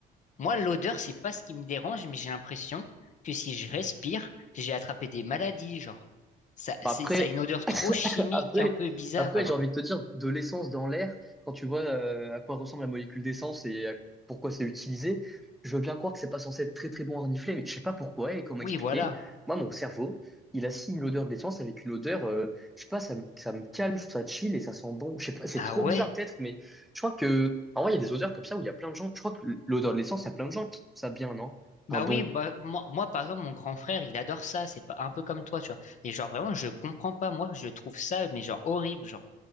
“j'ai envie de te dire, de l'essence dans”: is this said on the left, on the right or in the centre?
Centre